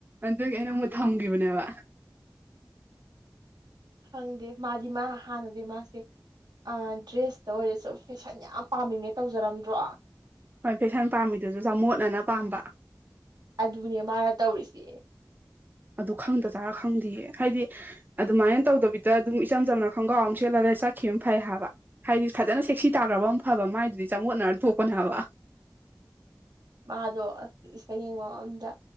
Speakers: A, on the right (about 25°); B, on the right (about 65°).
A: ꯑꯗꯨꯗꯒꯤ ꯑꯩꯅ ꯑꯃꯨꯛ ꯊꯝꯈꯤꯕꯅꯦꯕ
B: ꯈꯪꯗꯦ ꯃꯥꯗꯤ ꯃꯥ ꯍꯥꯟꯅꯗꯤꯦ ꯃꯥꯁꯦ ꯑ ꯗ꯭ꯔꯦꯁꯇ ꯑꯣꯏꯔꯁꯨ ꯐꯦꯁꯟ ꯌꯥꯝ ꯄꯥꯝꯃꯤꯅꯦ ꯇꯧꯖꯔꯝꯗ꯭ꯔꯣ
A: ꯍꯣꯏ ꯐꯦꯁꯟ ꯄꯥꯝꯃꯤꯗꯨꯁꯨ ꯆ ꯃꯣꯠꯅꯅ ꯄꯥꯝꯕ
B: ꯑꯗꯨꯅꯦ ꯃꯥꯅ ꯇꯧꯔꯤꯁꯦ
A: ꯑꯗꯨ ꯈꯪꯗ ꯆꯥꯔ ꯈꯪꯗꯦꯌꯦ ꯍꯥꯏꯗꯤ ꯑꯗꯨꯃꯥꯏꯅ ꯇꯧꯗꯕꯤꯗ ꯑꯗꯨꯝ ꯏꯆꯝ ꯆꯝꯅ ꯈꯣꯡꯒ꯭ꯔꯥꯎ ꯑꯃ ꯁꯦꯠꯂ ꯆꯠꯈꯤꯕ ꯑꯃ ꯐꯩ ꯍꯥꯏꯕ ꯍꯥꯏꯗꯤ ꯐꯖꯅ ꯁꯦꯛꯁꯤ ꯇꯥꯈ꯭ꯔꯕ ꯑꯃ ꯐꯕ ꯃꯥꯏꯗꯨꯗꯤ ꯆꯃꯣꯠꯅꯔ ꯇꯣꯛꯄꯅꯦ ꯍꯥꯏꯕ
B: ꯃꯥꯗꯣ ꯑꯁ ꯏꯁꯩ ꯌꯦꯡꯉꯣ ꯑꯝꯗ